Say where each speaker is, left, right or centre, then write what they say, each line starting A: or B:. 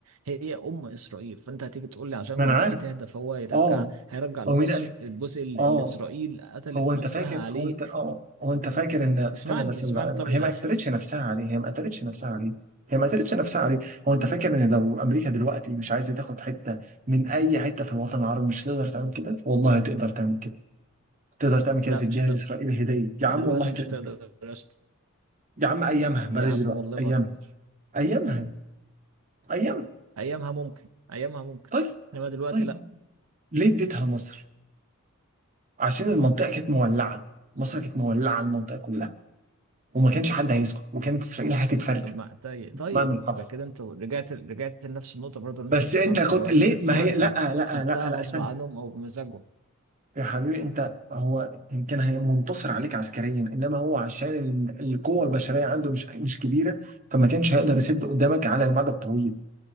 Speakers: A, on the right; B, on the right.
A: هي ام اسرائيل فانت هتيجي تقول لي عشان
B: ما
A: المنطقه
B: انا عارف
A: تهدى فهو يرجع
B: اه
A: هيرجع لمصر
B: هو مين قال
A: الجزء اللي
B: اه
A: اللي اسرائيل قتلت
B: هو انت
A: نفسها
B: فاكر
A: عليه
B: هو انت اه آه. هو انت فاكر ان
A: اسمعني
B: استنى بس
A: اسمعني
B: ال-
A: طب للاخر
B: هي ما قتلتش نفسها عليه هي ما قتلتش نفسها عليه هي ما قتلتش نفسها عليه هو انت فاكر ان لو امريكا دلوقتي مش عايزه تاخد حته من اي حته في الوطن العربي مش تقدر تعمل كده والله تقدر تعمل كده تقدر تعمل كده
A: لا
B: تديها
A: مش هتقدر
B: لاسرائيل هديه يا عم
A: دلوقتي
B: والله تقدر
A: مش هتقدر يا اسطى.
B: يا عم ايامها بلاش
A: يا عم
B: دلوقتي
A: والله
B: ايامها
A: ما هتقدر
B: ايامها ايامها
A: ايامها ممكن ايامها ممكن
B: طيب
A: انما دلوقتي
B: طيب
A: لا
B: ليه اديتها لمصر عشان المنطقه كانت مولعه مصر كانت مولعه المنطقه كلها وما كانش حد هيسكت وكانت اسرائيل هتتفرد
A: طب ما طيب طيب
B: بمعنى الحرفي
A: يبقى كده انت رجعت رجعت لنفس النقطة برضو اللي
B: بس
A: انت انتصرت
B: انت كنت
A: سواء انت
B: ليه
A: سواء
B: ما هي
A: انت
B: لا لا
A: خدتها
B: لا لا
A: غصب
B: استنى
A: عنهم او بمزاجهم
B: يا حبيبي انت هو ان كان هي- منتصر عليك عسكريا انما هو عشان ال- القوه البشريه عنده مش مش كبيره فما كانش هيقدر يسد قدامك على المدى الطويل